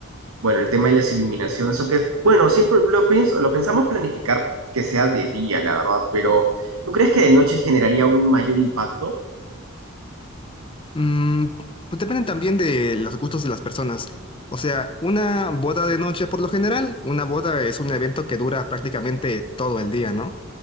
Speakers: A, on the right; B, on the left.
A: bueno, el tema de las iluminaciones, aunque, es- bueno, siempre lo pienso, lo pensamos planificar que sea de día, la verdad, pero ¿tú crees que de noche generaría un mayor impacto?
B: Mm, pues dependen también de los gustos de las personas. O sea, una boda de noche por lo general, una boda es un evento que dura prácticamente todo el día, ¿no?